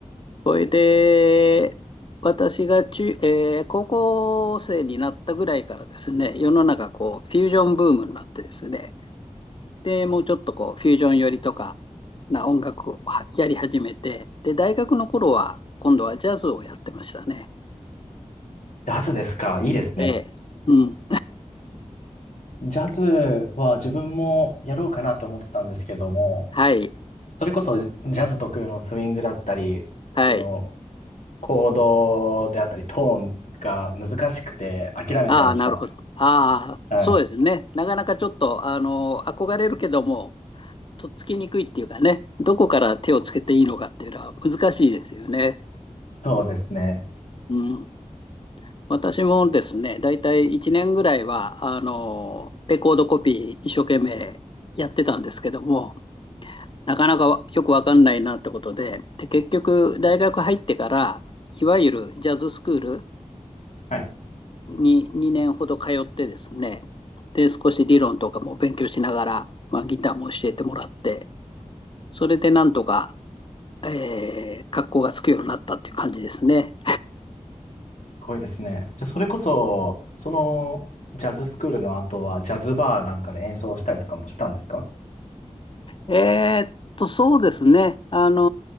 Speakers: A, on the left; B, on the left.
A: それで私が中、えー高校生になったぐらいからですね、世の中こうフュージョンブームになってですね、でもうちょっとこうフュージョン寄りとかな音楽をはやり始めて、で大学の頃は今度はジャズをやってましたね。
B: ジャズですかいいですね。
A: ええ、うん、
B: ジャズは自分もやろうかなと思ってたんですけども、
A: はい、
B: それこそジャズ特有のスイングだったり、
A: はい。
B: そのコードであったり、トーンが難しくて諦めちゃいました。
A: ああ、なるほど。ああ、
B: はい。
A: そうですね。なかなかちょっと、あの、憧れるけども、とっつきにくいっていうかね、どこから手をつけていいのかっていうのは難しいですよね。
B: そうですね。
A: うん。私もですね、だいたい1年ぐらいは、あの、レコードコピー一生懸命やってたんですけども、なかなかよくわかんないなってことで、で、結局、大学入ってから、いわゆるジャズスクール
B: はい。
A: に2年ほど通ってですね、で、少し理論とかも勉強しながら、まあ、ギターも教えてもらって、それでなんとか、えー、格好がつくようになったっていう感じですね。
B: すごいですね。じゃあ、それこそ、そのジャズスクールの後は、ジャズバーなんかで演奏したりとかもしたんですか
A: えーっと、そうですね。あの